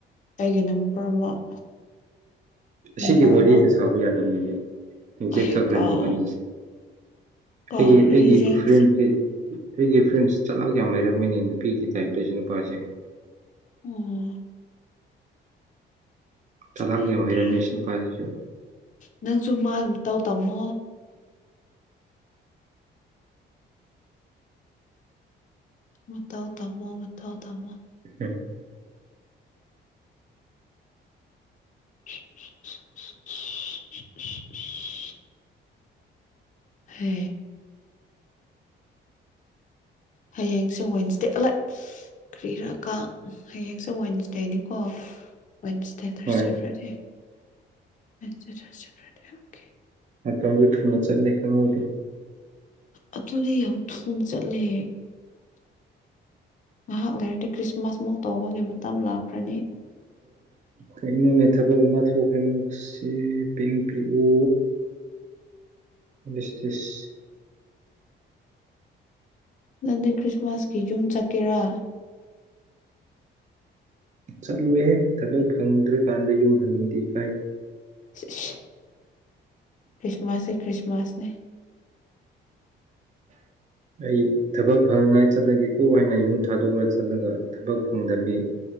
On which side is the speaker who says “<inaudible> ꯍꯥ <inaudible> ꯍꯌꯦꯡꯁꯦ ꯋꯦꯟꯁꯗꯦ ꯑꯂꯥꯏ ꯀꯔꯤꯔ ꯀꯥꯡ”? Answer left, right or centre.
Left